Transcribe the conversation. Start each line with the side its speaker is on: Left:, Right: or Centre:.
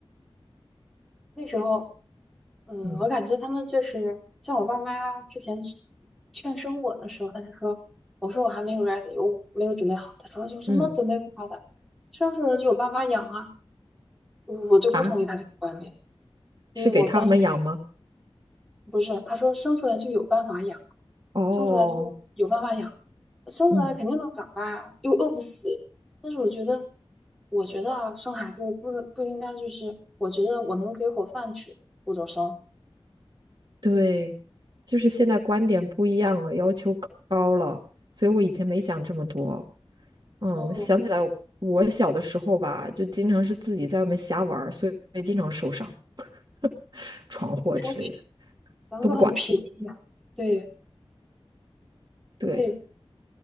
Centre: 那时候，呃，
Right: 嗯
Centre: 我感觉他们就是像我爸妈之前劝劝生我的时候，他就说，我说我还没有 ready，我没有准备好。他说有什么准备不好的，
Right: 嗯
Centre: 生出来就有爸妈养啊。我我就不同意他这个观点。
Right: 啊，
Centre: 所以我当时
Right: 是给他们养吗？
Centre: 不是，他说生出来就有办法养，
Right: 哦，
Centre: 生出来就有办法养，生出来肯定能长大呀，
Right: 嗯，
Centre: 又饿不死。但是我觉得，我觉得啊，生孩子不能不应该就是，我觉得我能给口饭吃，我就生。
Right: 对，就是现在观点不一样了，要求高了，所以我以前没想这么多。嗯，
Centre: 哦，
Right: 想起来我小的时候吧，就经常是自己在外面瞎玩儿，所以经常受伤、<laughs> 闯祸之类的，
Centre: 那时候咱们都很便宜呀，
Right: 都不管。
Centre: 对
Right: 对
Centre: 对，